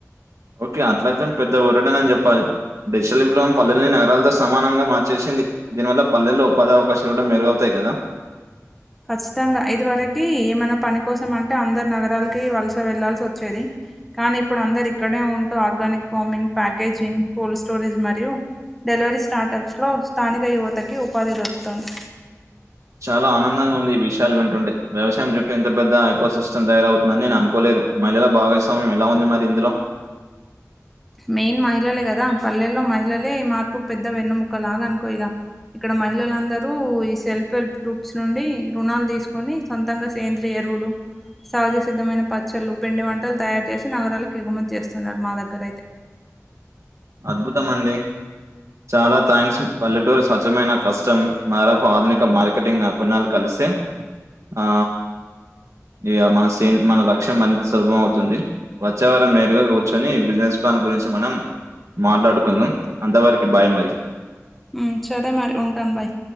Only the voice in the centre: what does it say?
ఖచ్చితంగా ఇది వరకి ఏమైనా పని కోసం అంటే అందరు నగరాలకి వలస వెళ్లాల్సి వచ్చేది కానీ ఇప్పుడు అందరు ఇక్కడే ఉంటూ organic farming packaging cold storage మరియు డెలివరీ స్టార్టప్స్ లో స్థానిక యువతకి ఉపాధి దొరుకుతుంది
మెయిన్ మహిళలే కదా పల్లెల్లో మహిళలే ఈ మార్పు పెద్ద వెన్నుముక్క లాగా అనుకో ఇక ఇక్కడ మహిళలందరూ ఈ సెల్ఫ్ హెల్ప్ గ్రూప్స్ నుండి రుణాలు తీసుకొని సొంతంగా సేంద్రీయ ఎరువులు సహజ సిద్ధమైన పచ్చళ్ళు పిండి వంటలు తయారు చేసి నగరాలకు ఎగుమతి చేస్తున్నారు మా దగ్గర అయితే
ఉమ్ సరే మరి ఉంటాను బాయ్